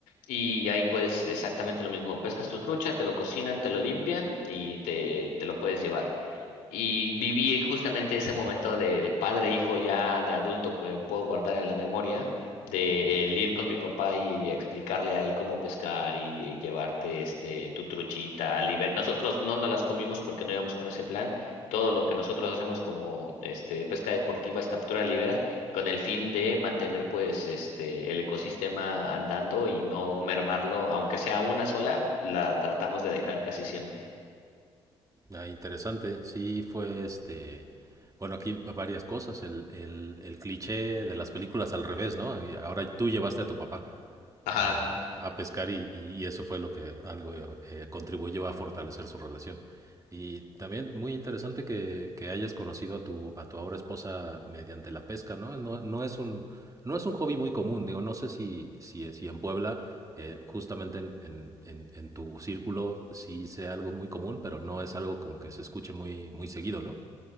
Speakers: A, on the left; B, on the right.
A: Y ahí pues exactamente lo mismo, pescas tu trucha, te lo cocinan, te lo limpian y te, te lo puedes llevar. Y viví justamente ese momento de, de padre, e hijo, ya de adulto que puedo guardar en la memoria, de el ir con mi papá y, explicarle a él cómo pescar y, y llevarte este tu truchita, liber... Nosotros no nos las comimos porque no íbamos con ese plan. Todo lo que nosotros hacemos como este pesca deportiva es captura de libera, con el fin de mantener pues este el ecosistema andando y no mermarlo, aunque sea una sola, la tratamos de dejar casi siempre.
B: Ah, interesante, sí fue este, bueno, aquí va varias cosas, el, el, el cliché de las películas al revés, ¿no? Y Ahora tú llevaste a tu papá
A: Ajá.
B: a, a pescar y, y, eso fue lo que algo eh, contribuyó a fortalecer su relación. Y también muy interesante que, que, hayas conocido a tu, a tu ahora esposa mediante la pesca, ¿no? No, no es, un, no es un hobby muy común, digo, no sé si, si, si en Puebla, eh, justamente en, en, en, en, tu círculo, sí sea algo muy común, pero no es algo como que se escuche muy, muy seguido, ¿no?